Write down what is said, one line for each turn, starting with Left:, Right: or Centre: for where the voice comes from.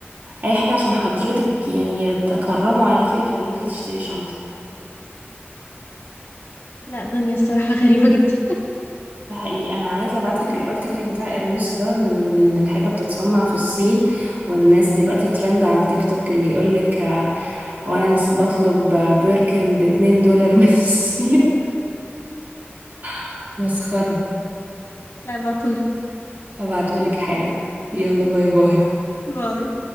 Right: اي حاجة عشان حضرتك يعني يتكرموا عليكي ويخلوكي تشتري شنطة
Left: لا دنيا الصراحة غريبة جدا
Right: ده حقيقي انا عايزه ابعت لك الارتيكل بتاع ارمس ده لان إن الحاجه بتتصنع في الصين والناس دلوقتي ترند على التيك توك اللي يقول لك وانا مس بطلب آه، بيركن ب 2 دولار من الصين
Left: <laughs>
Right: <laughs> مسخره
Left: لا ابعتولي
Right: ابعته لك حالا يلا باي باي
Left: باي